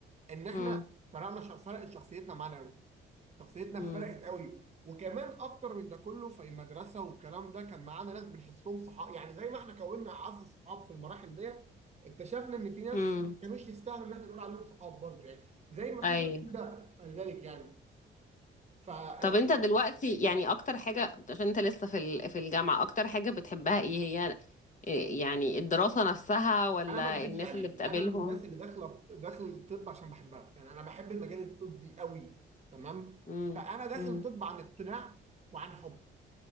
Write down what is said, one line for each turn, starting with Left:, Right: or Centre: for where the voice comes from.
Right: ان احنا
Left: امم
Right: فرقنا ش- فرقت شخصيتنا معانا شخصيتنا
Left: امم
Right: فرقت قوي وكمان اكتر من ده كله في المدرسه والكلام ده كان معانا ناس بنحسهم صحاب يعني زي ما احنا كوننا اعز صحاب في المراحل ديت اكتشفنا ان في ناس
Left: امم
Right: ما كانوش يستاهلوا ان احنا نقول عليهم صحاب برضه يعني زي ما
Left: ايوه
Right: في ده في ده خلي بالك يعني ف آه،
Left: طب انت دلوقتي يعني اكتر حاجة عشان انت لسه في ال... في الجامعة اكتر حاجة بتحبها ايه هي إيه يعني الدراسة نفسها ولا
Right: انا ما اكذبش
Left: الناس
Right: عليكي
Left: اللي بتقابلهم
Right: انا من الناس اللي داخله داخل الطب عشان بحبها يعني انا بحب المجال الطبي قوي تمام
Left: امم
Right: فانا داخل
Left: امم
Right: طب عن اقتناع وعن حب